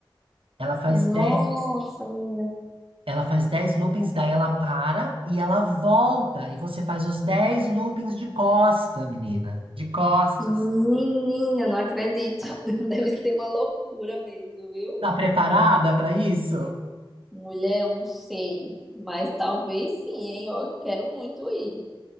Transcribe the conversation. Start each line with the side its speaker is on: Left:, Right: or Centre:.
Right: Ela faz
Centre: Nossa,
Right: 10,
Centre: minha
Right: ela faz 10 loopings, daí ela para e ela volta. E você faz os 10 loopings de costa, menina. De costas.
Centre: menina, não acredito. <laughs> Deve ser uma loucura mesmo, viu?
Right: Tá preparada para isso?
Centre: Mulher, eu não sei, mas talvez sim, hein? Eu quero muito ir.